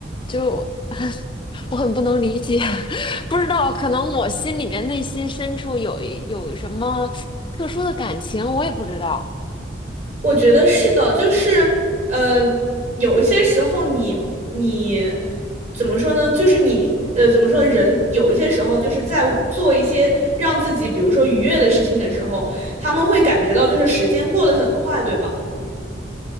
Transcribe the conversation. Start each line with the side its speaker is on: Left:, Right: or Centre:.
Left: 就 <laughs> 我很不能理解，<laughs> 不知道可能我心里面内心深处有有什么特殊的感情，我也不知道。
Right: 我觉得是的，就是，呃，有一些时候你你怎么说呢？就是你呃，怎么说呢人有一些时候就是在做一些让自己，比如说愉悦的事情的时候，他们会感觉到就是时间过得很快，对吧？